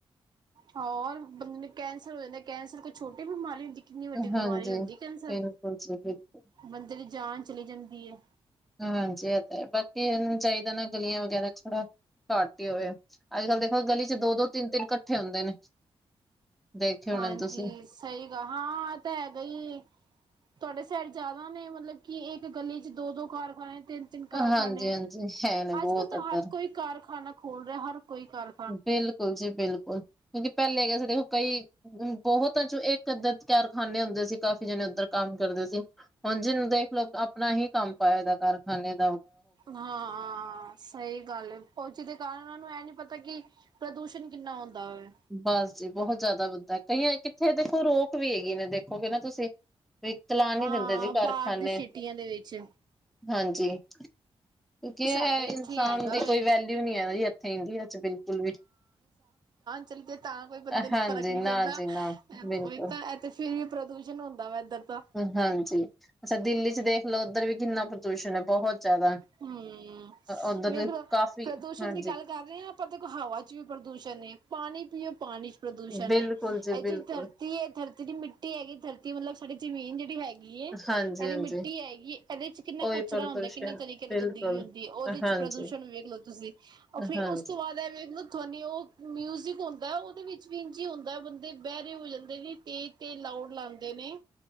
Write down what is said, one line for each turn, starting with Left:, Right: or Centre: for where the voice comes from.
Right: ਹੋਰ ਬੰਦੇ ਨੂੰ ਕੈਂਸਰ ਹੋ ਜਾਂਦਾ ਐ ਕੈਂਸਰ ਕੋਈ ਛੋਟੀ ਬਿਮਾਰੀ ਹੁੰਦੀ। ਕਿੰਨੀ ਵੱਡੀ
Centre: ਹਾਂਜੀ।
Right: ਬਿਮਾਰੀ ਹੁੰਦੀ ਐ ਕੈਂਸਰ
Centre: ਬਿਲਕੁਲ ਜੀ ਬਿਲਕੁਲ,
Right: ਬੰਦੇ ਦੀ ਜਾਨ ਚਲੀ ਜਾਂਦੀ ਐ।
Centre: ਹਾਂਜੀ ਐਹ ਤੇ ਹੈ ਬਾਕੀ ਇਹਨ ਨੂੰ ਚਾਹੀਦਾ ਨਾ ਗਲੀਆਂ ਵਗੈਰਾ ਥੋੜਾ ਘੱਟ ਹੀ ਹੋਵੇ। ਅੱਜ-ਕੱਲ੍ਹ ਦੇਖੋ ਗਲੀ 'ਚ ਦੋ-ਦੋ, ਤਿੰਨ-ਤਿੰਨ ਇਕੱਠੇ ਹੁੰਦੇ ਨੇ। ਦੇਖੇ ਹੋਣੇ
Right: ਹਾਂਜੀ
Centre: ਤੁਸੀਂ।
Right: ਸਹੀ ਗਾ ਹਾਂ ਐ ਇਹ ਤਾਂ ਹੈਗਾ ਈ। ਤੁਹਾਡੇ ਸਾਈਡ ਜ਼ਿਆਦਾ ਨੇ ਮਤਲਬ ਕੀ ਇੱਕ ਗਲੀ 'ਚ ਦੋ-ਦੋ ਕਾਰਖਾਨੇ ਤਿੰਨ ਤਿੰਨ ਕਾਰਖਾਨੇ
Centre: ਹਾਂਜੀ ਹਾਂਜੀ ਹੈ ਨੇ ਬਹੁਤ
Right: ਅੱਜ-ਕਲ
Centre: ਇੱਧਰ
Right: ਤਾਂ ਹਰ ਕੋਈ ਕਾਰਖਾਨਾ ਖੋਲ ਰਿਹਾ ਹਰ ਕੋਈ ਕਾਰ
Centre: ਬਿਲਕੁਲ ਜੀ ਬਿਲਕੁਲ ਕਿਉਂਕਿ ਪਹਿਲੇ ਹੈਗਾ ਸੀ ਦੇਖੋ ਕਈ ਬਹੁਤਾਂ 'ਚੋਂ ਇੱਕ ਅੱਧ ਕ ਕਾਰਖਾਨੇ ਹੁੰਦੇ ਸੀ ਕਾਫੀ ਜਣੇ ਉੱਧਰ ਕੰਮ ਕਰਦੇ ਸੀ। ਹੁਣ ਜਿਹਨੂੰ ਦੇਖਲੋ ਆਪਣਾ ਹੀ ਕੰਮ ਪਾਏ ਦਾ ਕਾਰਖਾਨੇ <inaudible>
Right: ਹਾਂ ਆ ਸਹੀ ਗੱਲ ਐ। ਉਹ ਜਿਹਦੇ ਕਾਰਨ ਉਹਨਾਂ ਨੂੰ ਐਹ ਨੀ ਪਤਾ ਕਿ, ਪ੍ਰਦੂਸ਼ਣ ਕਿੰਨਾ ਹੁੰਦਾ ਵਏ।
Centre: ਬਸ ਜੀ ਬਹੁਤ ਜ਼ਿਆਦਾ ਵਧਦਾ ਕਈਆਂ ਦੇ ਕਿੱਥੇ ਦੇਖੋ ਰੋਕ ਵੀ ਹੈਗੀ ਨੇ ਦੇਖੋਗੇ ਨਾ ਤੁਸੀਂ ਵੀ, ਚਲਾਨ ਨੀ,
Right: ਹਾਂ
Centre: ਦਿੰਦੇ ਜੀ ਕਾਰਖਾਨੇ,
Right: ਬਾਹਰ ਦੀ ਸਿਟੀਆਂ ਦੇ ਵਿੱਚ
Centre: ਹਾਂਜੀ। ਕਿਉਂਕਿ
Right: ਸਾਡੇ
Centre: ਐਹ
Right: ਇੱਥੇ
Centre: ਇਨਸਾਨ
Right: ਹੈਗਾ
Centre: ਦੀ
Right: ਵੇ
Centre: ਕੋਈ ਵੈਲਊ ਨਹੀ ਹੈ ਵੀ, ਇੱਥੇ ਇੰਡੀਆ 'ਚ ਬਿਲਕੁਲ ਵੀ।
Right: ਚਲਤੇ ਤਾਂ ਕੋਈ ਬੰਦੇ ਨੂੰ
Centre: ਹਾਂਜੀ
Right: ਫ਼ਰਕ ਨੀ
Centre: ਨਾ
Right: ਪੈਂਦਾ,
Centre: ਜੀ ਨਾ
Right: ਐ
Centre: ਬਿਲਕੁਲ
Right: ਉਹੀ ਤਾਂ ਏਹ ਤੇ- ਫੇਰ ਵੀ ਪ੍ਰਦੂਸ਼ਣ ਹੁੰਦਾ ਵਾ, ਇੱਧਰ ਤਾਂ।
Centre: ਹਾਂਜੀ ਅੱਛਾ ਦਿੱਲੀ 'ਚ ਦੇਖ ਲੋ ਉੱਧਰ ਵੀ ਕਿੰਨਾ ਪ੍ਰਦੂਸ਼ਣ ਹੈ, ਬਹੁਤ ਜ਼ਿਆਦਾ।
Right: ਹੂੰ
Centre: ਉੱਧਰ
Right: ਵੇਖਲੋ
Centre: ਦੇ ਕਾਫ਼ੀ
Right: ਪ੍ਰਦੂਸ਼ਣ
Centre: ਹਾਂਜੀ,
Right: ਦੀ ਗੱਲ ਕਰ ਰੇ ਆ ਆਪਾਂ ਦੇਖੋ ਹਵਾ 'ਚ ਵੀ ਪ੍ਰਦੂਸ਼ਣ ਏ। ਪਾਣੀ ਪਿਓ ਪਾਣੀ ਚ ਪ੍ਰਦੂਸ਼ਣ
Centre: ਬਿਲਕੁਲ
Right: ਹੈ।
Centre: ਜੀ
Right: ਇਹ
Centre: ਬਿਲਕੁਲ
Right: ਜਿ ਧਰਤੀ ਹੈ, ਧਰਤੀ ਜਿਹੜੀ ਮਿੱਟੀ ਹੈਗੀ ਧਰਤੀ ਵਾਲੋ, ਸਾਡੀ ਜ਼ਮੀਨ ਜਿਹੜੀ ਹੈਗੀ ਹੈਗੀ ਏ,
Centre: ਹਾਂਜੀ-ਹਾਂਜੀ।
Right: ਇਹਦੀ ਮਿੱਟੀ ਹੈਗੀ ਐ ਇਹਦੇ ਚ ਕਿੰਨਾ
Centre: ਉਹੀ
Right: ਕਚਰਾ
Centre: ਪ੍ਰਦੂਸ਼ਣ
Right: ਹੁੰਦਾ। ਕਿੰਨਾ ਤਰੀਕੇ ਗੰਦਗੀ
Centre: ਬਿਲਕੁਲ
Right: ਹੁੰਦੀ ਹੈ। ਉਹਦੇ
Centre: ਹਾਂਜੀ,
Right: ਚ ਪ੍ਰਦੂਸ਼ਣ ਵੀ ਵੇਖ ਲੋ ਤੁਸੀਂ ਔ ਫੇਰ
Centre: ਹਾਂਜੀ,
Right: ਉਸ ਤੋਂ ਬਾਅਦ ਪਰ ਐ ਵੇਖਲੋ ਤੁਹਾਨੂੰ ਉਹ ਮਿਊਜ਼ਿਕ ਹੁੰਦਾ ਹੈ। ਉਹਦੇ ਵਿੱਚ ਵੀ ਇੰਝ ਹੀ ਹੁੰਦਾ ਬੰਦੇ ਬਹਿਰੇ ਹੋ ਜਾਂਦੇ ਨੇ ਤੇ ਤੇ ਲਾੳਗ ਲਾਉਂਦੇ ਨੇ